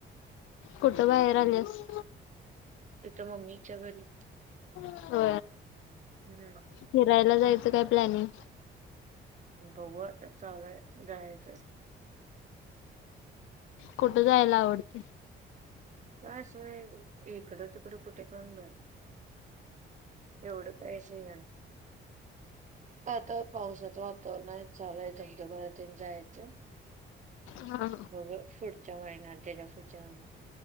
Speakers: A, on the left; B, on the right.
A: कुठं बाहेर आल्यास
B: त तर मम्मीच्या भरी
A: हो
B: हम्म
A: फिरायला जायचं काय प्लॅनिंग
B: बह चालय जायचं
A: कुठं जायला आवडते
B: का सय इकडं तुिकडं कुठे करून घ एवढ कायसे आता पावसाचं वातावरण आहे चालूय धबधबा्यातन जायचं
A: हा
B: हो फड जय ना अ त्या्याच्या फूट जवण